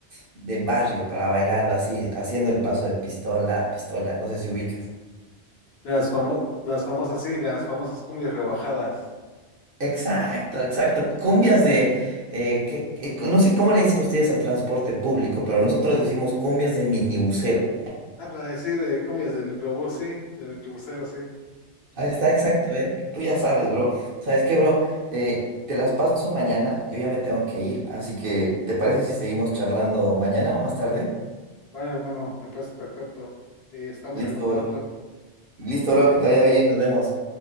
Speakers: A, on the right (about 55°); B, on the left (about 65°).
A: de barrio para bailarlo, así haciendo el paso de pistola, pistola, no sé si ubicas.
B: Las famo- las famosas, sí, las famosas cumbias rebajadas.
A: Exacto, exacto. Cumbias de, eh, que, que- no sé cómo le dicen ustedes al transporte público, pero nosotros decimos cumbias de minibusero.
B: Anda, sí, de cumbias de microbús, sí, de microbusero, sí.
A: Ahí está, exacto, ¿eh? Tú ya sabes, bro. ¿Sabes qué, bro? Eh, te las paso mañana, yo ya me tengo que ir, así que ¿te parece si seguimos charlando mañana o más tarde?
B: Vale, hermano, me parece perfecto. Eh, estamos
A: Listo,
B: en contacto.
A: bro. Listo, bro, que te vaya bien, nos vemos.